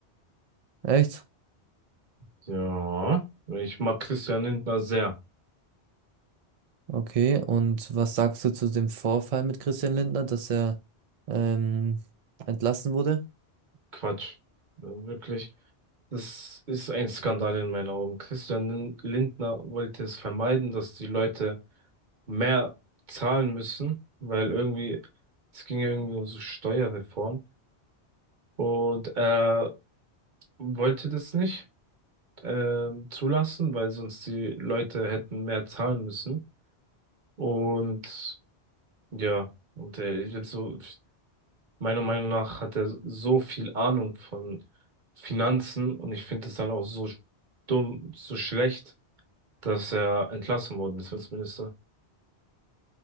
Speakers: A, on the right (about 60°); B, on the right (about 45°).
A: Echt?
B: Ja, ich mag Christian Lindner sehr.
A: Okay. Und was sagst du zu dem Vorfall mit Christian Lindner, dass er ähm, entlassen wurde?
B: Quatsch. Wirklich. Das ist ein Skandal in meinen Augen. Christian Lin- Lindner wollte es vermeiden, dass die Leute mehr zahlen müssen, weil irgendwie, es ging ja irgendwie um so Steuerreform und er wollte das nicht ähm, zulassen, weil sonst die Leute hätten mehr zahlen müssen. Und ja, und er ist jetzt so, meiner Meinung nach hat er so viel Ahnung von Finanzen und ich finde es dann auch so dumm, so schlecht dass er entlassen worden ist als Minister.